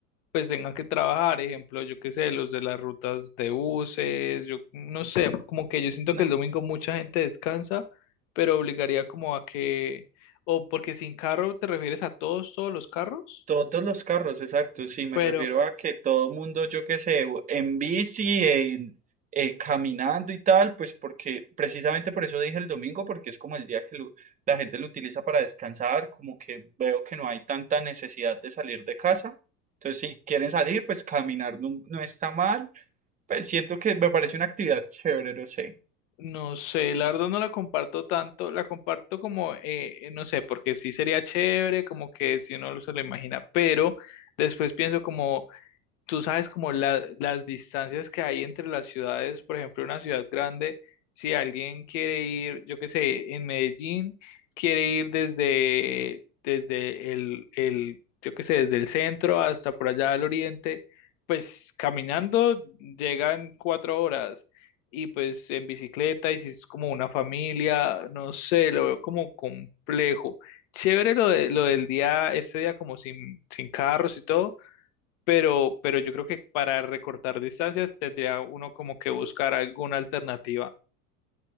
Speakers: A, on the left (about 50°); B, on the right (about 15°).
A: pues tengan que trabajar, ejemplo, yo qué sé, los de las rutas de buses, yo no sé, como que yo siento
B: No,
A: que el domingo mucha gente descansa, pero obligaría como a que, o porque sin carro te refieres a todos, todos los carros,
B: todos los carros, exacto, sí, me
A: pero
B: refiero a que todo mundo, yo qué sé, en bici, en, eh, caminando y tal, pues porque precisamente por eso dije el domingo, porque es como el día que lo- la gente lo utiliza para descansar, como que veo que no hay tanta necesidad de salir de casa. Entonces, si quieren salir, pues caminar no, no está mal. Pues siento que me parece una actividad chévere, no sé.
A: no sé, la verdad no la comparto tanto, la comparto como, eh, eh, no sé, porque sí sería chévere, como que si uno se lo imagina, pero después pienso como tú sabes como la- las distancias que hay entre las ciudades, por ejemplo, una ciudad grande, si alguien quiere ir, yo qué sé, en Medellín, quiere ir desde, desde el, el, yo qué sé, desde el centro hasta por allá al oriente, pues caminando llegan cuatro horas. Y pues en bicicleta, y si es como una familia, no sé, lo veo como complejo. Chévere lo de, lo del día, este día como sin, sin carros y todo, pero, pero yo creo que para recortar distancias tendría uno como que buscar alguna alternativa.